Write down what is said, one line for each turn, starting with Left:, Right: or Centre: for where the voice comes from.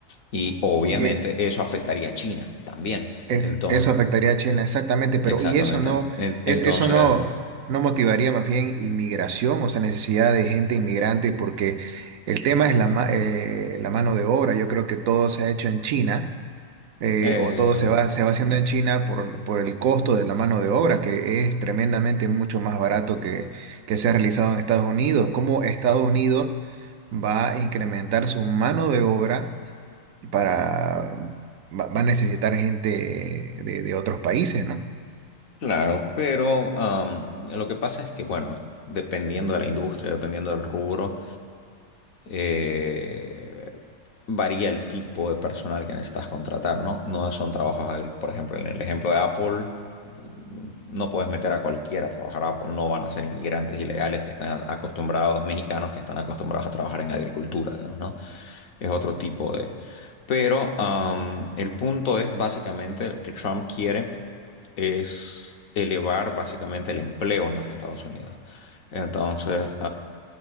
Left: Y obviamente
Right: Oye,
Left: eso afectaría a China también.
Right: es-
Left: Entonces,
Right: eso afectaría a China, exactamente, pero
Left: exactamente.
Right: ¿y eso no,
Left: En-
Right: es,
Left: entonces,
Right: eso no, no motivaría más bien inmigración, o sea, necesidad de gente inmigrante? Porque el tema es la, ma- eh, la mano de obra. Yo creo que todo se ha hecho en China, eh,
Left: eh,
Right: o todo se va, se va haciendo en China por, por el costo de la mano de obra, que es tremendamente mucho más barato que, que se ha realizado en Estados Unidos. ¿Cómo Estados Unidos va a incrementar su mano de obra? para va, va a necesitar gente de, de otros países, ¿no?
Left: claro, pero am, lo que pasa es que, bueno, dependiendo de la industria, dependiendo del rubro, eh, varía el tipo de personal que necesitas contratar, ¿no? No son trabajos agrícolas. Por ejemplo, en el ejemplo de Apple, mm, no puedes meter a cualquiera a trabajar a Apple. No van a ser inmigrantes ilegales que están acostumbrados, mexicanos que están acostumbrados a trabajar en agricultura, digamos, ¿no? Es otro tipo de... Pero am, el punto es básicamente que Trump quiere es elevar básicamente el empleo en los Estados Unidos. Entonces,